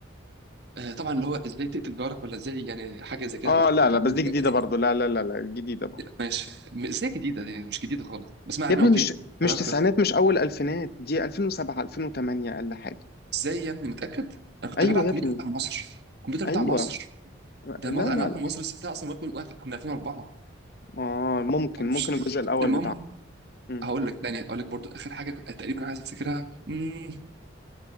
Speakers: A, on the right; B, on the left.
A: آه طبعا اللي هو ازاي تقتل جارك ولا ازاي يعني حاجه زي كده
B: اه
A: لو تفتكر
B: لا لا
A: برضو
B: بس دي
A: اللعبه
B: جديده
A: دي
B: برضو لا لا لا لا جديده برضو
A: ماشي م- ازاي جديده دي مش جديده خالص بس ما علينا
B: يا ابني
A: اوكي
B: مش مش
A: تمام
B: تسعينات
A: تمام
B: مش اول الفينات دي 2007 2008 اقل حاجه
A: ازاي يا ابني متاكد انا كنت
B: ايوه
A: لعبها على
B: يا
A: الكمبيوتر
B: ابني
A: بتاع مصر الكمبيوتر بتاع
B: ايوه
A: مصر ده
B: لا
A: ما
B: لا
A: انا عارف
B: لا
A: مصر سبتها اصلا وأكون- وأكون- كنا 2004
B: اه ممكن
A: ما اعرفش
B: ممكن الجزء الاول
A: المهم
B: بتاع امم
A: هقول لك تاني هقول لك برضو اخر حاجه تقريبا عايز افتكرها مم.